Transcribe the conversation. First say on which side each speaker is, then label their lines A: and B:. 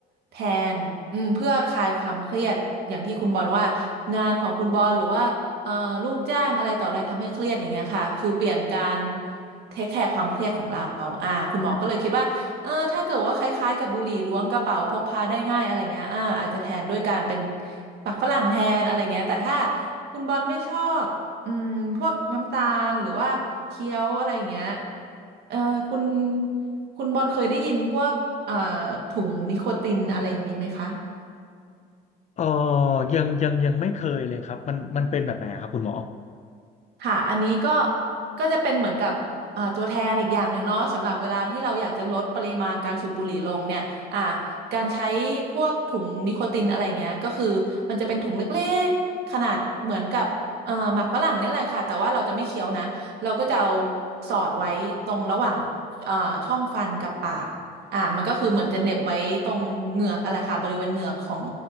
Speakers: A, on the right; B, on the left.
A: แทนอืมเพื่อคลายความเครียดอย่างที่คุณบอลว่างานของคุณบอลหรือว่าเอ่อลูกจ้างอะไรต่ออะไรทำให้เครียดอย่างเงี้ยค่ะคือเปลี่ยนการเทคแคร์ความเครียดของเราอ่าคุณหมอก็เลยคิดว่าเออถ้าเกิดว่าคล้ายๆกับบุหรี่ล้วงกระเป๋าพกพาได้ง่ายอะไรเงี้ยอ่าอาจจะแทนด้วยการเป็นปักฝรั่งแทนอะไรเงี้ยแต่ถ้าคุณบอลไม่ชอบอืมพวกน้ำตาลหรือว่าเคี้ยวอะไรอย่างเงี้ย เออคุณคุณบอลเคยได้ยินพวกเอ่อถุงนิโคตินอะไรอย่างนี้ไหมคะ
B: เออยังยังยังไม่เคยเลยครับ มันมันเป็นแบบไหนอะครับคุณหมอ
A: ค่ะ อันนี้ก็ก็จะเป็นเหมือนกับเอ่อตัวแทนอีกอย่างหนึ่งเนาะสำหรับเวลาที่เราอยากจะลดปริมาณการสูบบุหรี่ลงเนี่ยอ่าการใช้พวกถุงนิโคตินอะไรเงี้ยก็คือมันจะเป็นถุงเล็กๆขนาดเหมือนกับเอ่อหมากฝรั่งเนี่ยแหละค่ะแต่ว่าเราจะไม่เคี้ยวนะ เราก็จะเอาสอดไว้ตรงระหว่างเอ่อช่องฟันกับปากอ่ามันก็คือเหมือนจะเหน็บไว้ตรงเหงือกกันแหละค่ะบริเวณเหงือกของ